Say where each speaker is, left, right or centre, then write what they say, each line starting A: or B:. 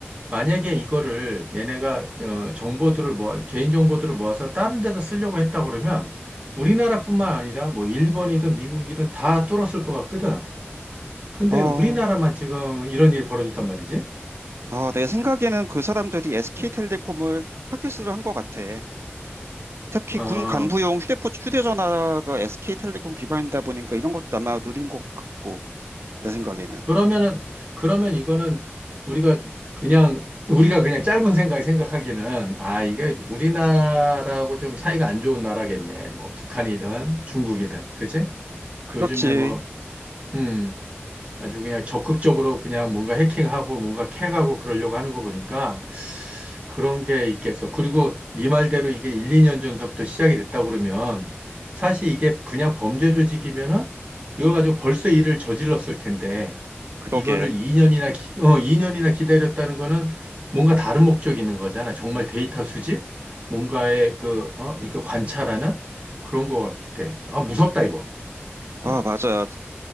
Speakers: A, on the right; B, on the right.
A: 만약에 이거를 얘네가 어, 정보들을 모아, 개인 정보들을 모아서 다른 데다 쓰려고 했다 그러면 우리나라뿐만 아니라 뭐 일본이든 미국이든 다 뚫었을 것 같거든. 근데
B: 어,
A: 우리나라만 지금 이런 일이 벌어졌단 말이지.
B: 어, 내 생각에는 그 사람들이 SK텔레콤을 타깃으로 한 것 같아. 특히
A: 어,
B: 군 간부용 휴대폰, 휴대전화가 SK텔레콤 기반이다 보니까 이런 것도 아마 노린 것 같고. 내 생각에는.
A: 그러면은, 그러면 이거는 우리가 그냥, 우리가 그냥 짧은 생각에 생각하기는, 아, 이게 우리나라하고 좀 사이가 안 좋은 나라겠네. 뭐, 북한이든 중국이든. 그치?
B: 그렇지.
A: 요즘에 뭐, 음, 아주 그냥 적극적으로 그냥 뭔가 해킹하고 뭔가 캐가고 그러려고 하는 거 보니까 그런 게 있겠어. 그리고 네 말대로 이게 1, 2년 전서부터 시작이 됐다 그러면 사실 이게 그냥 범죄 조직이면은 이걸 가지고 벌써 일을 저질렀을 텐데
B: 그러게.
A: 이거를 2년이나 기, 어, 이 년이나 기다렸다는 거는 뭔가 다른 목적이 있는 거잖아. 정말 데이터 수집? 뭔가의 그, 어, 이거 관찰하는 그런 거 같아. 아, 무섭다, 이거.
B: 아,
A: 어,
B: 맞아.